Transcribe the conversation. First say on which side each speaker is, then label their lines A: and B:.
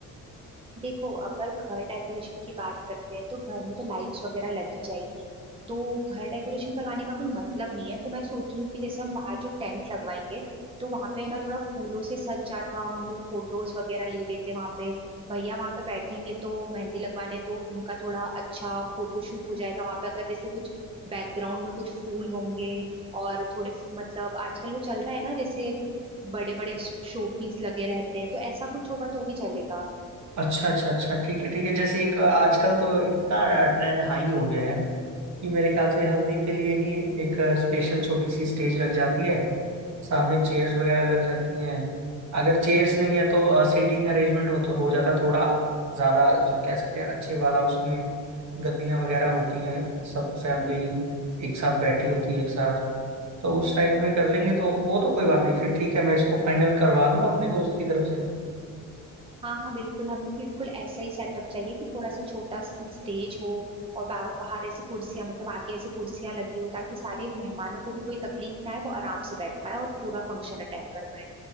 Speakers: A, on the right (about 15°); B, on the right (about 60°).
A: देखो अगर घर डेकोरेशन की बात करते हैं तो घर में तो लाइट्स वगैरह लगी जाएगी तो घर डेकोरेशन करवाने का कोई मतलब नहीं है तो मैं सोच रही हूँ कि जैसे हम बाहर जो टेंट लगवाएंगे तो वहां पे ना थोड़ा फूलों से सज जाता हम लोग फोटोज वगैरह ले लेते वहां पे भैया वहां पे बैठेंगे तो मेहंदी लगवाने तो उनका थोड़ा अच्छा फोटोशूट हो जाएगा वहां पे अगर जैसे कुछ बैकग्राउंड में कुछ फूल होंगे और थोड़े मतलब आजकल वो चल रहा है ना जैसे बड़े बड़े शोपीस लगे रहते हैं तो ऐसा कुछ होगा तो भी चलेगा
B: अच्छा अच्छा अच्छा ठीक है ठीक है जैसे एक आजकल तो इतना ट्रेंड हाई हो गया है कि मेरे ख्याल से हल्दी के लिए ही एक स्पेशल छोटी सी स्टेज लग जाती है सामने चेयर्स वगैरह लग जाती हैं अगर चेयर्स नहीं है तो सीटिंग अरेंजमेंट हो तो हो जाता थोड़ा ज़्यादा जो कह सकते हैं अच्छे वाला उसमें गद्दियाँ वगैरह होती हैं सब फैमिली एक साथ बैठी होती है एक साथ तो उस टाइप में कर लेंगे तो वो तो कोई बात नहीं फिर ठीक है मैं इसको फाइनल करवा दूं अपने दोस्त की तरफ से
A: हाँ हाँ बिल्कुल हमें भी बिल्कुल ऐसा ही सेटअप चाहिए कि थोड़ा सा छोटा स्टेज हो और बा- बाहर ऐसे कुर्सियां मतलब आगे ऐसे कुर्सियां लगी हो ताकि सारे मेहमानों को भी कोई तकलीफ ना आए वो आराम से बैठ पाए और पूरा फंक्शन अटेंड कर पाए